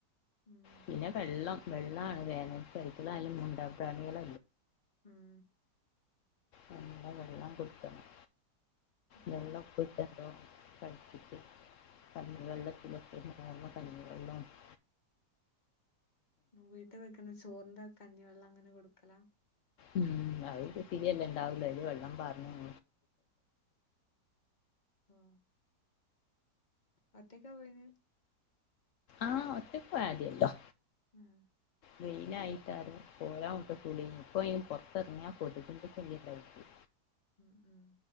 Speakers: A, on the left; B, on the left.
A: ഉം
B: പിന്നെ വെള്ളം വെള്ളാണ് വേനൽക്ക്‌ എവ്ട്ത്തതായാലും മുണ്ടാപ്രാണികൾ
A: ഉം
B: നല്ല വെള്ളം കൊട്ക്കണം
A: ഉം
B: വെള്ളപ്പൊയ്ത്തണ്ടോ <inaudible> കഞ്ഞിവെള്ളത്തിലൊക്കെ <inaudible> കഞ്ഞിവെള്ളും <inaudible>
A: വീട്ടിൽ വെക്ക്ന്ന ചോറിന്റെ കഞ്ഞിവെള്ള അങ്ങനെ കൊടുക്കലാ?
B: ഉം അത് ഇത്തിരിയല്ലെ ഇണ്ടാവുള്ളു. അയ്ല് വെള്ളം പാർന്ന് <inaudible>
A: ആ അകത്തേക്കാ പോയിന്?
B: ആ ഒറ്റക്ക് ആര്യോട്ടോ
A: മ്മ്
B: വെയിലായിട്ടാ പോരാംകൂട്ടാക്കൂലേനി. ഇപ്പ അയ്ന് പൊറ്ത്തെർങ്ങ്യ കൊതുക്ന്റെ ശല്ല്യണ്ടായിട്ട്
A: ഉം ഉം